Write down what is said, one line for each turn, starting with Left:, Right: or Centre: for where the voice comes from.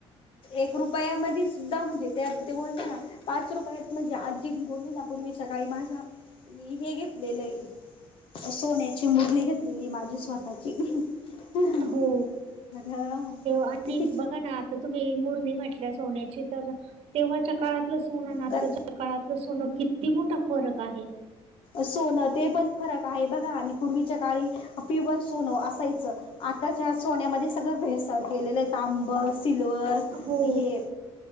Left: एक रुपयामध्ये सुद्धा म्हणजे त्यात ते बोलत ना पाच रुपये आहेत म्हणजे आजी बोलली ना पूर्वी सकाळी माझा, मी हे घेतलेलं आहे. सोन्याची मुरणी घेतलेली माझी स्वतःची. <unintelligible>
Right: हो आणि
Left: किती
Right: बघा ना आता तुम्ही मुरणी म्हटल्या सोन्याची तर तेव्हाच्या काळातल सो सोनन आताच्या
Left: पण
Right: काळातलं सोनं किती मोठा फरक आहे.
Left: सोनं ते पण फरक आहे बघा आणि पूर्वीच्या काळी पिवर सोनं असायचं‌. आताच्या सोनमध्ये सगळं भेस केलेलं आहे तांब, सिल्वर,
Right: हो
Left: हे.